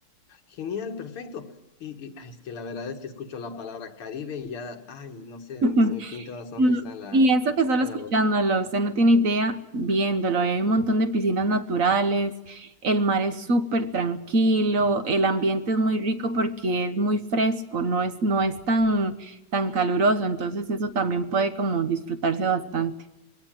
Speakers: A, on the left; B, on the right.
A: genial, perfecto. Y, y, ay, es que la verdad es que escucho la palabra Caribe y ya, ay, no sé,
B: <laughs>
A: me- se me pinta una sonrisa
B: Mm,
A: en la,
B: Y eso que solo
A: en
B: escuchándolo,
A: la boca.
B: usted no tiene idea viéndolo. Hay un montón de piscinas naturales, el mar es súper tranquilo, el ambiente es muy rico porque es muy fresco, no es, no es tan, tan caluroso, entonces eso también puede como disfrutarse bastante.